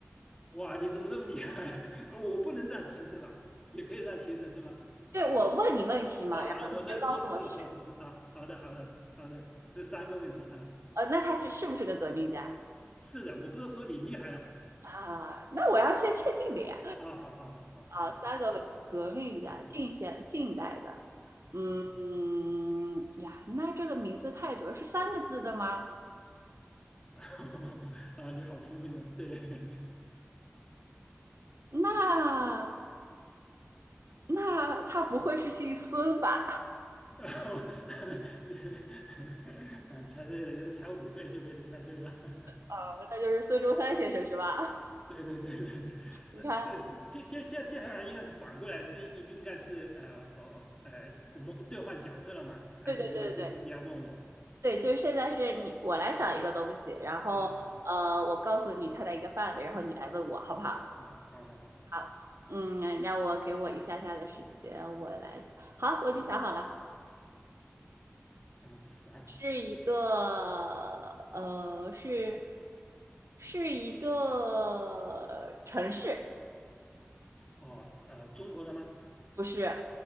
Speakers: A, on the left; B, on the right.
A: 哇，你怎么这么厉害？<laughs> 我不能这样提示吧？也可以这样提示是吗？
B: 对，
A: 啊
B: 我问你问题嘛，
A: 啊，
B: 然后你就告诉我是，
A: 我在说是和不是啊。好的，好的，好的，这三个问题啊。
B: 呃，那他是是不是个革命家？
A: 是的，我不是说你厉害了吗？
B: 啊，那我要先确定的呀。
A: 啊，好好好好啊
B: 啊，三个文革命家，
A: 啊
B: 近现近代的，嗯呀，
A: 啊
B: 那这个名字太多，是三个字的吗？
A: <laughs> 啊！你好聪明啊，对，<laughs>
B: 那那他不会是姓孙吧？
A: 然后 <laughs> 你 <laughs> 啊，猜对了，就才五个就被你猜对了。<laughs>
B: 啊，那就是孙中山先生是吧？<laughs>
A: 对对对对对，
B: 你看，
A: 呃呃，接接接接下来应该是反过来是应该是呃呃呃，我们会兑换角色了吗？还是说意思你要问我
B: 对对对对对，就是现在是你我来想一个东西，然后呃，
A: 啊？哦，
B: 我告诉你它的一个范围，然后你来问我好不好？
A: 好好好，
B: 好，嗯，让我给我一下下的时间，我来想好，我已经想好了。
A: 嗯，啥？
B: 是一个呃，是是一个城市，
A: 哦，呃，中国的吗？
B: 不是